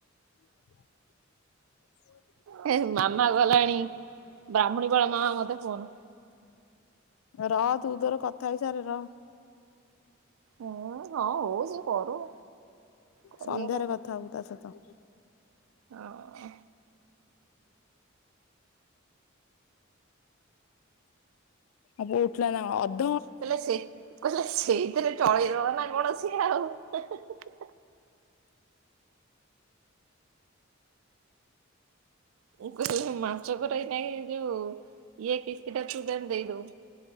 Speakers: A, on the left; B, on the right.
A: <inaudible>
B: ହେ ମାମା ଗଲାଣି ବ୍ରହ୍ମୁଣି ପାଳ ମାମା ମତେ ଫୋନ
A: ର ତୁ ତୋର କଥା ହେଇସାରେ ର।
B: ହୁଁ ହଁ ହଉ ସେ କରୁ। କରିବା
A: ସନ୍ଧ୍ୟାରେ କଥା ହବୁ ତା ସହିତ।
B: ଅଁ
A: ଅବୁ ଉଠିଲା ନା କଣ ଅବୁ।
B: କହିଲେ ସେ କହିଲେ ସେଇଥିରେ ଚଳେଇଦବ ନା କଣ ସିଏ ଆଉ। ମୁଁ କହିଲି ମାଛକରାଇ ନାଇଁ ଯୋଉ ଇଏ କିସ୍ତି ଟା ତୁ ତାଙ୍କୁ ଦେଇଦବୁ।